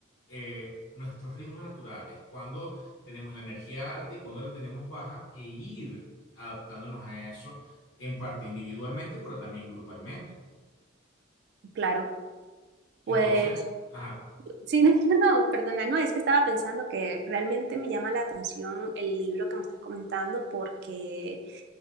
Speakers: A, on the left; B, on the right.
A: eh, nuestros ritmos naturales. Cuando tenemos la energía alta y cuando la tenemos baja e ir adaptándonos a eso en parte individualmente, pero también grupalmente.
B: Claro. Pues
A: Entonces, ajá,
B: sí, <laughs> no, perdona, no, es que estaba pensando que realmente me llama la atención el libro que me estás comentando porque